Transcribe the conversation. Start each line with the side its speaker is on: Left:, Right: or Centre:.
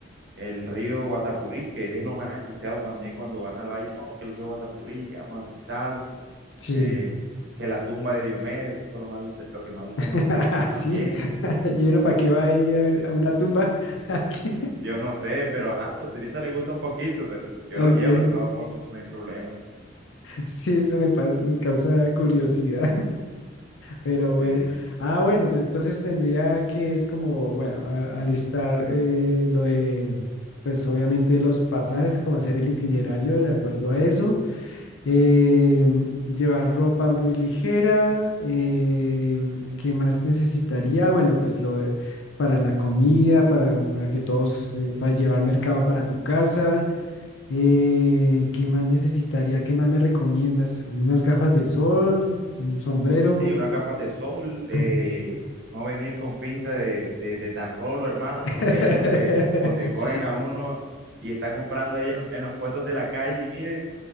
Right: el río Guatapurí, que es lo más escuchado también cuando van al valle. No, que el río Guatapurí, que vamos a visitarlo.
Left: Sí.
Right: eh, que la tumba de Diomedes, que eso es lo más visita- lo que más visitan
Left: <laughs>
Right: los turistas también.
Left: Sí, <laughs> y uno para qué va a ir a, ver a una tumba <laughs> aquí.
Right: Yo no sé, pero ajá, a los turistas les gusta un poquito, pero yo
Left: Ok,
Right: los llevo de todas formas, eso no hay problema.
Left: sí, eso me, pa- me causa curiosidad. Pero bueno,
Right: Sí.
Left: ah, bueno, pues entonces tendría que es como, bueno, a- alistar eh, lo de, pues obviamente los pasajes, como hacer el itinerario de acuerdo a eso, em, llevar ropa muy ligera, em, ¿qué más necesitaría? Bueno, pues lo de- para la comida, para, para que todos, eh, para llevar mercado para tu casa, eh, ¿qué más necesitaría? ¿Qué más me recomiendas? ¿Unas gafas de sol? ¿Un sombrero?
Right: Sí, unas gafas de sol, eh,
Left: <clears throat>
Right: no venir con pinta de, de, de tan rolo, hermano,
Left: <laughs>
Right: porque ahí es donde, donde cogen a uno y está comprando ahí en, en los puestos de la calle y mire,